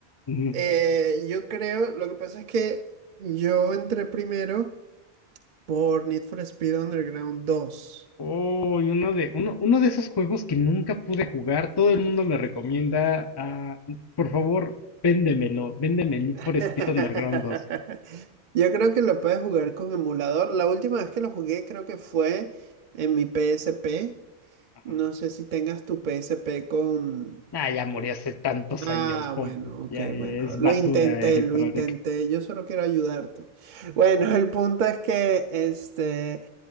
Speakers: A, on the left (about 30°); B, on the right (about 55°).
A: Ujú.
B: Eh, yo creo, lo que pasa es que yo entré primero por Need for Speed Underground dos.
A: Oh, y uno de, uno, uno de esos juegos que nunca pude jugar, todo el mundo me recomienda, ah, por favor, véndemelo, véndeme Need
B: <laughs>
A: for Speed Underground dos
B: Yo creo que lo puedes jugar con emulador. La última vez que lo jugué creo que fue en mi PSP.
A: Ajá.
B: No sé si tengas tu PSP con...
A: Nah, ya morí hace tantos
B: Ah,
A: años. po-
B: bueno, ok,
A: Ya es
B: bueno. Lo
A: basura
B: intenté,
A: electrónica.
B: lo intenté. Yo solo quiero ayudarte. <laughs> Bueno, el punto es que este...